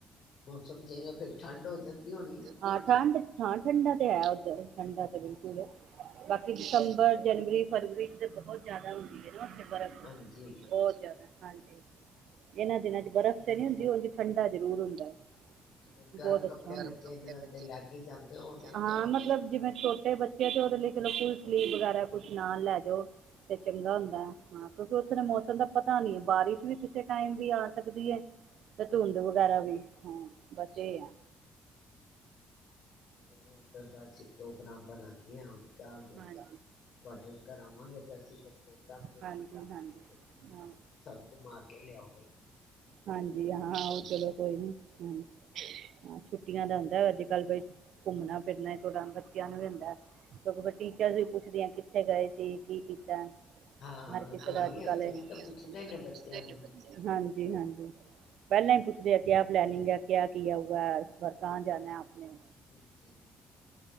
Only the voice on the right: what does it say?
ਹਾਂ ਠੰਢ, ਹਾਂ ਠੰਡਾ ਤੇ ਹੈ ਉੱਧਰ, ਠੰਡਾ ਤੇ
ਬਿਲਕੁਲ ਏ। ਬਾਕੀ ਦਿਸੰਬਰ, ਜਨਵਰੀ, ਫਰਵਰੀ ਚ ਬਹੁਤ ਜਿਆਦਾ ਹੁੰਦੀ ਐ ਨਾ ਉੱਥੇ ਬਰਫ਼।
ਬਹੁਤ ਜ਼ਿਆਦਾ, ਹਾਂਜੀ। ਇਨ੍ਹਾਂ ਦਿਨਾਂ ਚ ਬਰਫ਼ ਤੇ ਨ੍ਹੀਂ ਹੁੰਦੀ। ਓਂਝ ਠੰਡਾ ਜ਼ਰੂਰ ਹੁੰਦਾ ਐ।
ਬੋਤ
ਅੱਛਾ, <unintelligible>
ਹਾਂ ਮਤਲਬ ਜਿਵੇਂ ਛੋ ਤੇ ਬੱਚੇ ਤੇ ਓਦੇ ਲਈ ਚਲੋ ਕੋਈ ਫੁਲ ਸਲੀਵ ਵਗੈਰਾ ਕੁਝ ਨਾਲ ਲੈ ਜੋ ਤੇ ਚੰਗਾ ਹੁੰਦਾ। ਹਾਂ, ਕਿਉਂਕਿ ਓਥੇ ਦਾ ਮੌਸਮ ਦਾ ਪਤਾ ਨੀਂ ਐ, ਬਾਰਿਸ਼ ਵੀ ਕਿਸੇ ਟਾਈਮ ਵੀ ਆ ਸਕਦੀ ਐ। ਤੇ ਧੁੰਦ ਵਗੈਰਾ ਵੀ। ਹਾਂ,
ਬਸ ਏ ਆ।
ਹਾਂਜੀ,
ਹਾਂਜੀ,
ਹਾਂਜੀ
ਹਾਂ।
ਹਾਂਜੀ ਹਾਂ, ਓ ਚਲੋ। ਕੋਈ ਨੀ, ਹਾਂ, ਹਾਂ ਛੁੱਟੀਆਂ ਦਾ ਹੁੰਦਾ ਅੱਜ-ਕਲ ਬਈ ਘੁੰਮਣਾ-ਫਿਰਨਾ ਬੱਚਿਆਂ ਨੂੰ ਵੀ ਹੁੰਦਾ ਕਿਉਂਕਿ ਫਿਰ ਟੀਚਰ ਵੀ ਪੁੱਛਦੀ ਐਂ ਕਿੱਥੇ ਗਏ ਸੀ, ਕੀ ਕੀਤਾ।
ਹਰ ਕਿਸੇ
ਦਾ
ਅੱਜ-ਕਲ
ਹਾਂਜੀ, <unintelligible>
ਹਾਂਜੀ। ਪੈਲਾਂ ਈ ਪੁੱਛਦੇ ਆ, ਕਿਆ ਪਲੈਨਿੰਗ ਐ, ਕਿਆ ਕੀਆ ਹੂਆ ਐ, ਇਸ ਵਾਰ ਕਹਾਂ ਜਾਣਾ ਆਪਨੇ।